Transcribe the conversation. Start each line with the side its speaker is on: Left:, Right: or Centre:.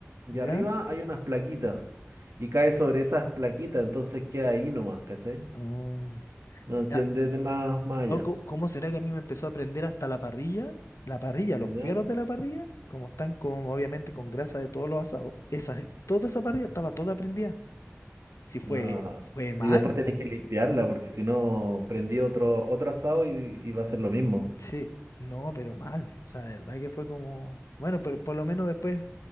Right: y
Left: ¿Ya?
Right: arriba hay unas plaquitas y cae sobre esas plaquitas, entonces queda ahí nomás, ¿cachai?
Left: Oh,
Right: No enciende
Left: Ya.
Right: de más, más
Left: No,
Right: allá,
Left: co- ¿cómo será que a mí me empezó a prender hasta la parrilla? La parrilla, los
Right: ¿ya?
Left: fierros de la parrilla, como están con, obviamente, con grasa de todos los asados. Esa, toda esa parrilla estaba toda prendida. Sí, fue,
Right: No.
Left: fue mal.
Right: Y después tenés que limpiarla porque si no prendí otro, otro asado y, y va a ser lo mismo.
Left: Sí, no, pero mal. O sea, de verdad que fue como. Bueno, pero por lo menos después